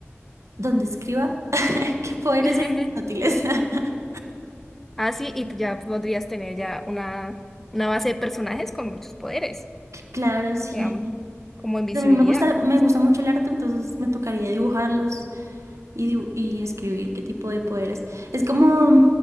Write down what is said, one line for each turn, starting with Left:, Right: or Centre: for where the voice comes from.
Right: donde escriba. <laughs> Qué poderes
Centre: <laughs>
Right: e inútiles. <laughs>
Centre: Ah, sí, y ya podrías tener ya una, una base de personajes con muchos poderes,
Right: Claro, sí.
Centre: digamos, como invisibilidad.
Right: A mí me gusta, me gusta mucho el arte, entonces me tocaría dibujarlos y, dibu- y escribir qué tipo de poderes. Es como,